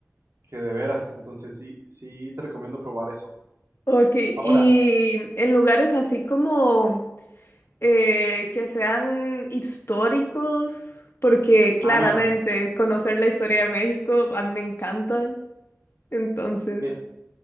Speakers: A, on the right; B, on the left.
A: que de veras. Entonces sí, sí te recomiendo probar eso.
B: Ok,
A: Ahora,
B: y en lugares así como eh, que sean históricos, porque claramente
A: ah, mira,
B: conocer la historia de México a mí me encanta, entonces,
A: mira,